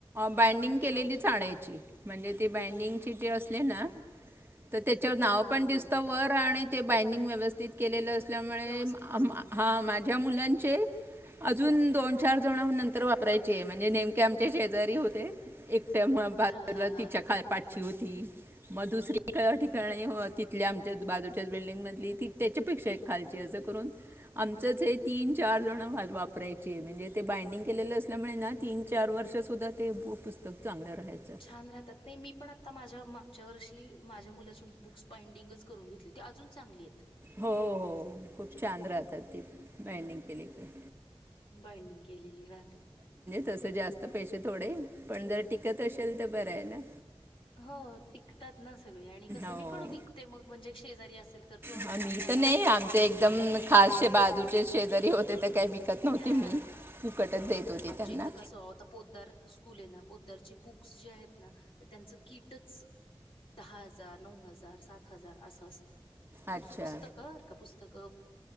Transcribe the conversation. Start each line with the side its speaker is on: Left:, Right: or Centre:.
Right: बाइंडिंग केलेली
Left: हा
Right: आणायची म्हणजे ती बायंडिंग बाईडिंग असते ना तर त्याच्यावर नाव
Left: हो
Right: पण दिसत
Left: हो
Right: वर आणि ते बाइंडिंग व्यवस्थित केलेलं असल्यामुळे
Left: व्यवस्थितपणे
Right: हा माझ्या मुलाचे अजून दोन चार जण नंतर वापरायची आहे म्हणजे नेमके आमच्या शेजारी होते तेव्हा बाजूला
Left: हा हा हा
Right: तिच्या
Left: हा
Right: काय पाठची होती. मग दुसरी ठिकाणी तिथल्या आमच्या बाजूच्या बिल्डिंग मधली ती त्याच्यापेक्षा एक खालची अस करून आमच तीन चार वापरायची म्हणजे ते बायंडिंग केलेलं असल्यामुळे तीन चार वर्ष सुद्धा ते पुस्तक चांगलं राहायचं
Left: छान राहतात नाही मी पण आता माझ्या माग मागच्या वर्षी माझ्या मुलाची बुक्स बाइंडिंगच करून घेतली ती अजून चांगली आहेत.
Right: हो हो खूप छान राहतात ती बाईडिंग केली की
Left: बॅण्डिंग केलेली राहतात.
Right: तस जास्त पैसे थोडे पण जर टिकत असेल तर बरं आहे ना.
Left: हो टीकतात ना. सग आणि कसं
Right: हो
Left: मी पण विकते मग म्हणजे शेजारी असेल तर को
Right: हा मी
Left: आमच्या
Right: तर
Left: आता
Right: नाही
Left: माझं
Right: आमचे एकदम
Left: अ
Right: बाजूचे शेजरी होते तर काही विकत नव्हती
Left: हा
Right: मी
Left: हा
Right: फुकटच देत होती
Left: आमच्या
Right: त्यांना
Left: इथं कस आता पोददार स्कूल आहे ना पदरचे बुक्स जे आहेत ना तर त्यांचं कीटच दहा हजार नऊ हजार सात हजार असं असतं.
Right: अच्छा
Left: पुस्तकंर का पुस्तक